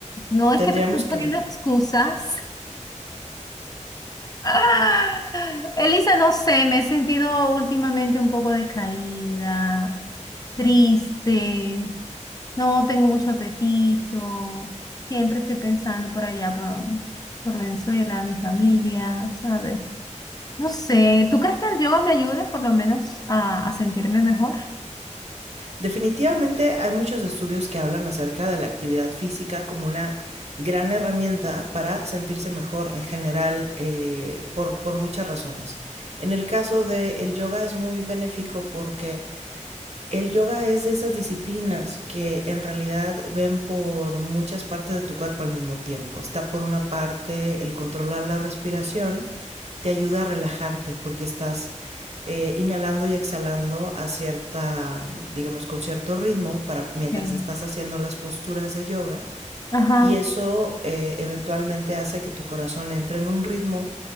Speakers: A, on the left; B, on the right.
A: No es
B: Tendríamos
A: que te estoy poniendo
B: que ver.
A: excusas, Ah, Elisa, no sé, me he sentido últimamente un poco decaída, triste, no tengo mucho apetito, siempre estoy pensando por allá, por, por Venezuela, mi familia, ¿sabes? No sé, ¿tú crees que el yoga me ayude por lo menos a, a sentirme mejor?
B: Definitivamente hay muchos estudios que hablan acerca de la actividad física como una gran herramienta para sentirse mejor en general eh, por, por muchas razones. En el caso del yoga es muy benéfico porque el yoga es de esas disciplinas que en realidad ven por muchas partes de tu cuerpo al mismo tiempo. Está por una parte el controlar la respiración, te ayuda a relajarte porque estás eh, inhalando y exhalando a cierta, digamos, con cierto ritmo para mientras
A: Ok.
B: estás haciendo las posturas de yoga
A: Ajá,
B: y eso eh, eventualmente hace que tu corazón entre en un ritmo